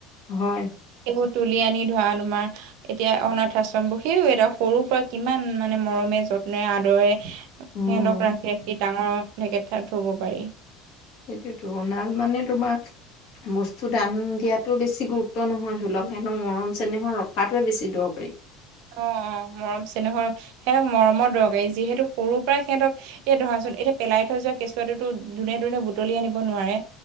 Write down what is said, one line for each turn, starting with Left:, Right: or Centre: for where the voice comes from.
Left: হয়।
Right: সেইবোৰ তুলি আনি ধৰা তোমাৰ এতিয়া অনাথ আশ্ৰমবোৰ সিও এটা সৰু পৰা কিমান মানে মৰমে, যত্নৰে, আদৰেৰে সিহঁতক
Left: উম
Right: ৰাখি ৰাখি ডাঙৰ তেনেকে ধৰা থবো পাৰি।
Left: সেইটোতো অনাথ মানে তোমাৰ বস্তু দান দিয়াটো বেছি গু তো নহয় ধৰি লওক,
Right: অ
Left: সিহঁতক মৰম চেনেহৰে ধৰি ৰখাতোৱে বেছি দৰকাৰী।
Right: অ অ মৰম চেনেহৰ সিহঁতক মৰমৰ দৰকাৰী, যিহেতু সৰুৰ পৰা সিহঁতক এতিয়া ধৰাচোন এতিয়া পেলাই থৈ যোৱা কেঁচুৱা টোতোনে ধ দুনে বুটলি আনিব নোৱাৰে।